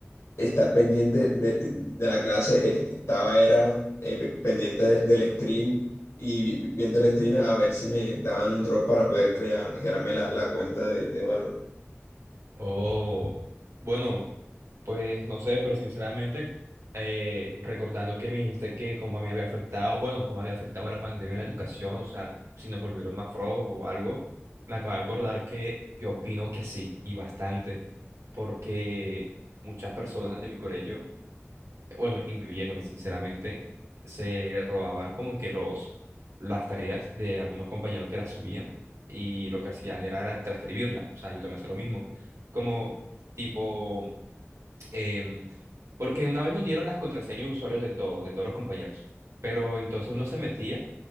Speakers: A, on the left; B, on the right.
A: estar pendiente de, de- de la clase, eh, estaba era eh, pe- pendiente de- del stream y vi- vi- viendo el stream a ver si me daban un drop para poder crear, crearme la, la cuenta de, de Valor.
B: O, bueno, pues no sé, pero sinceramente, eh, recordando que me dijiste que como a mí había afectado, bueno, como había afectado la pandemia en la educación, o sea, si nos volvieron más flojos o algo, me acabo de acordar que yo opino que sí, y bastante, porque muchas personas de mi colegio bueno, incluyéndome sinceramente, se robaban como que los, las tareas de algunos compañeros que las subían y lo que hacían era, era transcribirla. O sea, yo también hacía lo mismo. Como tipo, em, porque una vez nos dieron las contraseñas de usuarios de todos, de todos los compañeros, pero entonces uno se metía